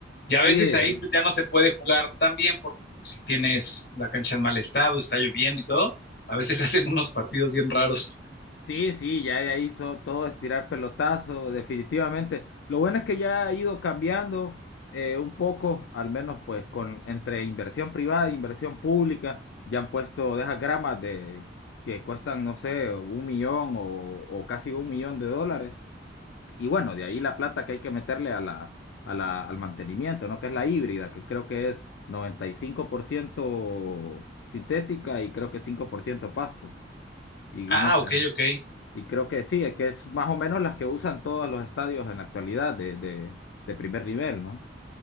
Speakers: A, on the left (about 55°); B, on the left (about 70°).
A: Y
B: Sí,
A: a veces ahí pues, ya no se puede jugar tan bien porque pues, si tienes la cancha en mal estado, está lloviendo y todo, a veces <laughs> hacen unos partidos bien raros.
B: Sí, sí, ya ya hizo todo estirar tirar pelotazo, definitivamente. Lo bueno es que ya ha ido cambiando eh, un poco, al menos pues con entre inversión privada e inversión pública, ya han puesto de esas gramas de que cuestan, no sé, un millón o, o casi un millón de dólares. Y bueno, de ahí la plata que hay que meterle a la, a la, al mantenimiento, ¿no? Que es la híbrida, que creo que es 95% sintética y creo que 5% pasto. Y
A: Ah,
B: no sé.
A: ok, ok.
B: Y creo que sí, es que es más o menos las que usan todos los estadios en la actualidad de, de, de primer nivel, ¿no?